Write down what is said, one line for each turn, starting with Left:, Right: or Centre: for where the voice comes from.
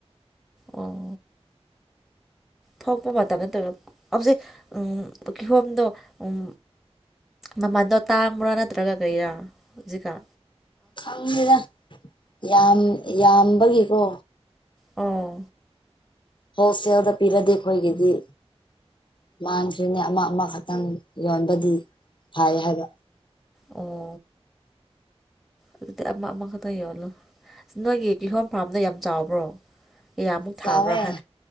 Centre: ꯑꯣ ꯊꯣꯛꯄ ꯃꯇꯝ ꯅꯠꯇꯔꯣ ꯍꯧꯖꯤꯛ ꯎꯝ ꯀꯤꯍꯣꯝꯗꯣ ꯎꯝ ꯃꯃꯜꯗꯣ ꯇꯥꯡꯕ꯭ꯔꯥ ꯅꯠꯇ꯭ꯔꯒ ꯀꯩꯔꯥ ꯍꯧꯖꯤꯛꯀꯥ
Left: ꯈꯪꯗꯦꯅ ꯌꯥꯝ ꯌꯥꯝꯕꯒꯤꯀꯣ
Centre: ꯑꯥ
Left: ꯍꯣꯁꯦꯜꯗ ꯄꯤꯔꯗꯤ ꯑꯩꯈꯣꯏꯒꯤꯗꯤ ꯃꯥꯟꯈ꯭ꯔꯤꯅꯦ ꯑꯃ ꯑꯃꯈꯛꯇꯪ ꯌꯣꯟꯕꯗꯤ ꯐꯩ ꯍꯥꯏꯕ
Centre: ꯑꯣ ꯑꯗꯨꯗꯤ ꯑꯃ ꯑꯃꯈꯛꯇ ꯌꯣꯜꯂꯨ ꯅꯣꯏꯒꯤ ꯀꯤꯍꯣꯝ ꯐꯥꯔꯝꯗ ꯌꯥꯝ ꯆꯥꯎꯕ꯭ꯔꯣ ꯀꯌꯥꯃꯨꯛ ꯊꯥꯕ꯭ꯔꯥ
Left: ꯆꯥꯎꯋꯦ
Centre: ꯍꯥꯏ